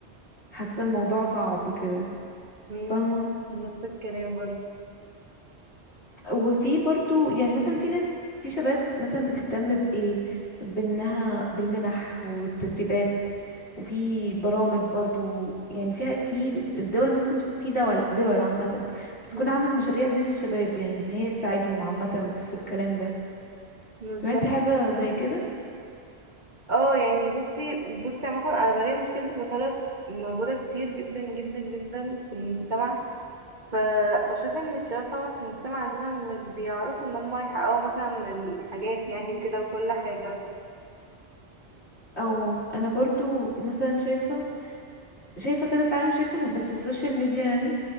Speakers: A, on the left; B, on the right.
A: حاسة الموضوع صعب كده
B: مم،
A: فاهمة
B: نفس الكلام برضه
A: وفي برضو يعني مثلا في ناس في شباب مثلا بتهتم بإيه بأنها بالمنح والتدريبات وفي برامج برضو يعني فيها في الدول ممكن تكون في دول دول عامة بتكون
B: مم،
A: عاملة المشاريع دي للشباب يعني ان هي تساعدهم عامة في الكلام ده
B: بالظبط
A: سمعتي حاجة زي كده
B: اه يعني بصي بصي عامة انا بلاقي مشكلتي بطريقة موجودة كتير جدا جدا جدا في المجتمع فبشوف ان الشباب فعلا في المجتمع عندنا مش بيعرفوا ان هم يحققوا مثلا الحاجات يعني وكده وكل حاجة
A: او انا برضو مثلا شايفة شايفة كده فعلا شايفة إن- بس السوشيال ميديا يعني